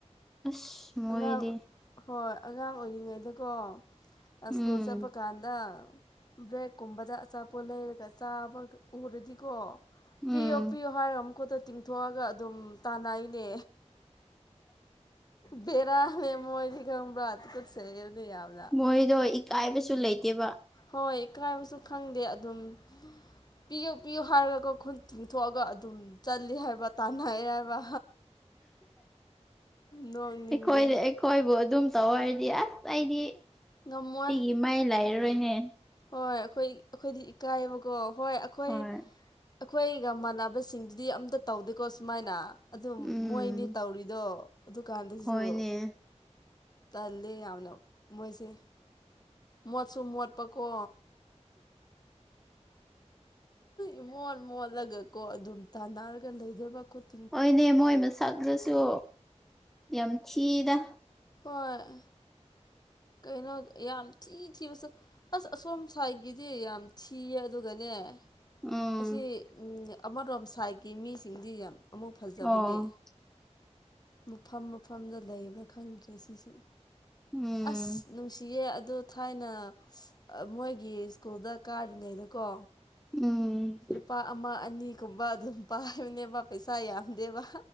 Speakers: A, in the centre; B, on the left.
A: ꯑꯁ ꯃꯣꯏꯗꯤ
B: ꯑꯉꯥꯡ ꯍꯣꯏ ꯑꯉꯥꯡ ꯑꯣꯏꯔꯤꯉꯩꯗꯀꯣ ꯏꯁ꯭ꯀꯨꯜ
A: ꯎꯝ
B: ꯆꯠꯄ ꯀꯥꯟꯗ ꯕ꯭ꯔꯦꯛꯀꯨꯝꯕꯗ ꯑꯥꯆꯄ ꯄꯣꯠ ꯂꯩꯔꯒ ꯆꯥꯕ ꯎꯔꯗꯤꯀꯣ
A: ꯎꯝ
B: ꯄꯤꯌꯣ ꯄꯤꯌꯣ ꯍꯥꯏꯔꯒ ꯃꯈꯨꯠꯇꫭ ꯇꯤꯡꯊꯣꯛꯑꯒ ꯑꯗꯨꯝ ꯇꯥꯟꯅꯩꯅꯦ ꯕ‌ꯦꯔꯥꯅ‌ꯦ ꯃꯣꯏꯗꯤ ꯈꯪꯕ꯭ꯔꯥ ꯊꯨꯀꯨꯠꯆꯩ ꯑꯩꯗꯤ ꯌꯥꯝꯅꯥ
A: ꯃꯣꯏꯗꯣ ꯏꯀꯥꯏꯕꯁꯨ ꯂꯩꯇꯦꯕ
B: ꯍꯣꯏ ꯏꯀꯥꯏꯕꯁꯨ ꯈꯪꯗꯦ ꯑꯗꯨꯝ ꯄꯤꯌꯨ ꯄꯤꯌꯨ ꯍꯥꯏꯔꯒ ꯈꯨꯟ ꯇꯤꯡꯊꯣꯛꯑꯒ ꯑꯗꯨꯝ ꯆꯠꯂ ꯍꯥꯏꯕ ꯇꯥꯟꯅꯩꯌ‌ꯦ ꯍꯥꯏꯕ ꯅꯣꯛꯅꯤꯡꯉꯦ
A: ꯑꯩꯈꯣꯏꯗ ꯑꯩꯈꯣꯏꯕꯨ ꯑꯗꯨꯝ ꯇꯧ ꯍꯥꯏꯔꯗꯤ ꯑꯁ ꯑꯩꯗꯤ
B: ꯉꯝꯃꯣꯏ
A: ꯑꯩꯒꯤ ꯃꯥꯏ ꯂꯩꯔꯔꯣꯏꯅꯦ
B: ꯍꯣꯏ ꯑꯩꯈꯣꯏ ꯑꯩꯈꯣꯏꯗꯤ ꯏꯀꯥꯏꯕꯀꯣ ꯍꯣꯏ ꯑꯩꯈꯣꯏ
A: ꯍꯣꯏ
B: ꯑꯩꯈꯣꯏꯒꯃꯥꯟꯅꯕꯁꯤꯡꯗꯨꯗꯤ ꯑꯝꯇ ꯇꯧꯗꯦꯀꯣ ꯑꯁꯨꯃꯥꯏꯅ ꯑꯗꯨ
A: ꯎꯝ
B: ꯃꯣꯏꯅꯤ ꯇꯧꯔꯤꯗꯣ ꯗꯨꯀꯥꯟꯗꯁꯨ
A: ꯍꯣꯏꯅꯦ
B: ꯇꯜꯂꯦ ꯌꯥꯝꯅ ꯃꯣꯏꯁꯦ ꯃꯣꯠꯁꯨ ꯃꯣꯠꯄꯀꯣ ꯏꯃꫭꯠ ꯃꯣꯠꯂꯒꯀꯣ ꯑꯗꯨꯝ ꯇꯥꯟꯅꯔꯒ ꯂꯩꯗꯕꯣꯠ <unintelligible>
A: ꯍꯣꯏꯅꯦ ꯃꯣꯏ ꯃꯁꯛꯗꯨꯁꯨ ꯌꯥꯝ ꯊꯤꯗ
B: ꯍꯣꯏ ꯀꯩꯅꯣ ꯌꯥꯝ ꯊꯤ ꯊꯤꯕꯁꯨ ꯑꯁ ꯑꯁꯣꯝ ꯁꯥꯏꯠꯒꯤꯗꯤ ꯌꯥꯝ ꯊꯤꯌꯦ ꯑꯗꯨꯒꯅꯦ
A: ꯎꯝ
B: ꯑꯁꯤ ꯑꯃꯔꯣꯝ ꯁꯥꯏꯠꯀꯤ ꯃꯤꯁꯤꯡꯗꯤ ꯌꯥꯝ ꯑꯃꯨꯛ ꯐꯖꯕꯅꯦ
A: ꯑꯣ
B: ꯃꯐꯝ ꯃꯐꯝꯗ ꯂꯩꯕ꯭ꯔꯥ ꯈꯪꯗ꯭ꯔꯦ ꯁꯤꯁꯨ
A: ꯎꯝ
B: ꯑꯁ ꯅꯨꯡꯁꯤꯌꯦ ꯑꯗꯣ ꯊꯥꯏꯅ ꯃꯣꯏꯒꯤ ꯏꯁ꯭ꯀꯨꯜꯗ ꯀꯥꯔꯤꯉꯩꯗꯀꯣ
A: ꯎꯝ
B: ꯂꯨꯄꯥ ꯑꯃ ꯑꯅꯤꯒꯨꯝꯕ ꯑꯗꯨꯝ ꯄꯥꯏꯕꯅꯦꯕ ꯄꯩꯁꯥ ꯌꯥꯝꯗꯦꯕ